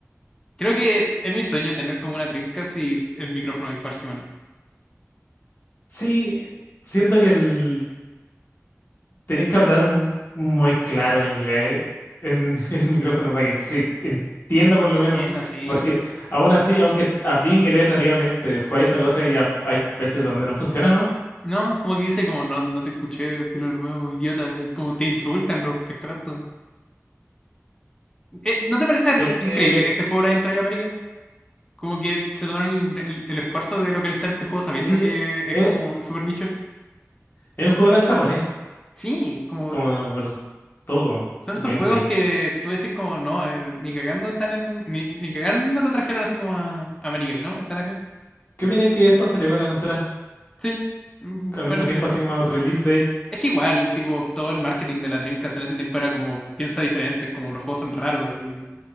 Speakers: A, on the left; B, on the left.
A: Creo que es mi sueño tener como una trinca si el micrófono dispar Seaman.
B: Sí, siento que el, tenéis que hablar m- muy claro el inglés en, <laughs> en el micrófono para que se entienda por lo
A: Entienda,
B: menos,
A: sí.
B: porque aún así, aunque hablé inglés nativamente, fue esta cosa y ha- hay veces donde no funciona, ¿no?
A: No, como que dice como no, no te escuché de lo nuevo, idiota, como te insultan los pescados. Eh, ¿no te parece r-
B: Eh,
A: increíble
B: eh,
A: que este juego lo hayan traído a América? Como que se tomaron el, el- el esfuerzo de localizar este juego sabiendo
B: sí,
A: que
B: eh,
A: es
B: es,
A: como super nicho.
B: es un juego tan japonés
A: Sí, como
B: como por todo
A: son
B: el
A: esos
B: gameplay.
A: juegos que tú decís como no, eh, ni cagando están en, ni, ni cagando lo trajeron así como a, a América y no, están acá.
B: ¿Qué opinas que esto salió con la consola
A: Sí, mm,
B: al
A: juegan
B: mismo
A: en
B: tiempo, así como release date?
A: Es que igual, tipo, todo el marketing de la Dreamcast en ese tiempo era como, piensa diferente, como los juegos son raros, así.